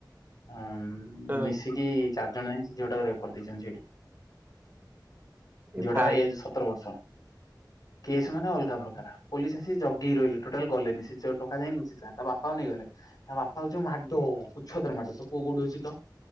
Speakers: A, on the left (about 50°); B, on the right (about 25°).
A: ହଁ
B: ହୁଁ
A: ମିଶିକି ଚାରି ଜଣ ଜାଙ୍କେ ସେ ଝିଅଟାକୁ ରେପ୍ କରିଦେଇଛନ୍ତି ସେଇଠି।
B: ଏ
A: ଝିଅଟାର
B: ଭାଇ
A: ଏଜ୍ ସ ସତର ବର୍ଷ, କେସ୍ ମାନେ ଅଲଗା ପ୍ରକାର ପୋଲିସ ଆସି ଜଗିକି ରହିଲେ ଟୋଟାଲ ଗଲେନି ସେ ସେ ଟୋକା ଯାଇକି ଲୁଚିଥିଲା। ତା ବାପାକୁ ନେଇଗଲେ ତା ବାପାକୁ ଯୋଉ ମାଡ କୁଛତ୍ର ମାଡ ପୁଅ କୋଉଠି ଅଛି କହ।